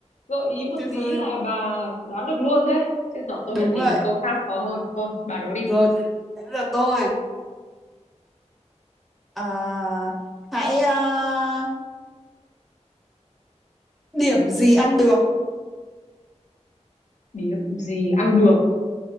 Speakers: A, on the left (about 85°); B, in the centre.
A: gợi ý một
B: tuyệt
A: tí
B: vời
A: là bà đoán được luôn thế? Chết dở tôi
B: đúng
A: phải tìm
B: vậy
A: câu khác khó hơn. Thôi, bà đố đi.
B: Rồi đến đến lượt tôi. Ờ, hãy ờ, Điểm gì ăn được?
A: Điểm gì ăn được?